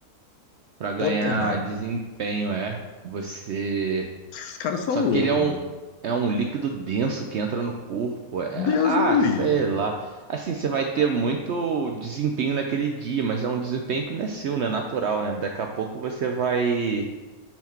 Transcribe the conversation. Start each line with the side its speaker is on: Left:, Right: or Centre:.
Right: para ganhar
Left: Potenai.
Right: desempenho, é. Você
Left: Esses caras são
Right: Só
Left: loucos,
Right: que ele é um,
Left: mano.
Right: é um líquido denso que entra no corpo. É-
Left: Deus
Right: ah,
Left: me livre.
Right: sei lá. Assim, você vai ter muito desempenho naquele dia, mas é um desempenho que não é seu, né? Natural, né? Daqui a pouco você vai.